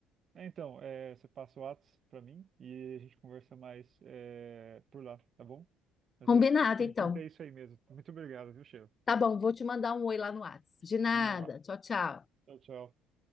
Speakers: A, on the right (about 50°); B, on the left (about 35°).
A: É, Então, é, você passa o Whats pra mim e a gente conversa mais é, por lá, tá bom? Mas
B: Combinado,
A: é, por
B: então.
A: enquanto é isso aí mesmo. Muito obrigado, viu, Sheila?
B: Tá bom, vou te mandar um oi lá no WhatsApp. De nada.
A: Manda lá.
B: Tchau, tchau.
A: Tchau, tchau.